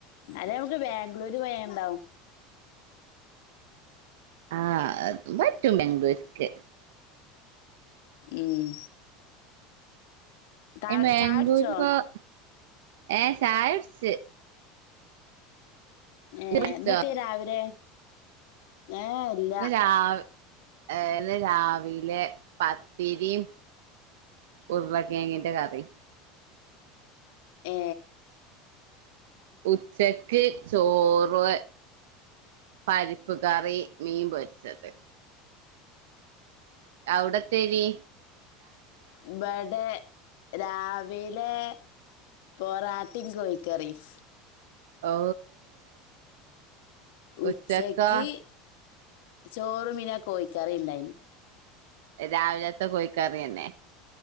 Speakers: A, on the left (about 80°); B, on the right (about 85°).
A: അല്ലേ നമക്ക് ബാംഗ്ലൂര് പോയാണ്ടാ
B: ആ അതും പറ്റും ബാംഗ്ലൂർക്ക്
A: ഉം താ
B: അയ്ന് ബാംഗ്ലൂര്പ്പം
A: ചായുടിച്ചോ
B: ഏ ചായ കുടിച്ച് ഇയ്യ്
A: ഏ
B: കുടിച്ചോ
A: ഇന്നത്തേനിരാവിലെ ഏ ഇല്ല
B: ഇന്ന് രാവ് ഇന്ന് രാവിലെ പത്തിരിം ഉരുളക്കേങ്ങിന്റെ കറിം
A: ഏ
B: ഉച്ചക്ക് ചോറു പരിപ്പ് കറി മീൻ പൊരിച്ചത് ഔടത്തേനി
A: ഇബടെ രാവിലെ പൊറാട്ടിം കോഴിക്കറിം
B: ഓ
A: ഉച്ചക്ക്
B: ഉച്ചക്കോ
A: ചോറും പിന്നെ കോഴിക്കറി ഇണ്ടായിനി
B: രാവിലത്തെ കോഴിക്കറി യെന്നെ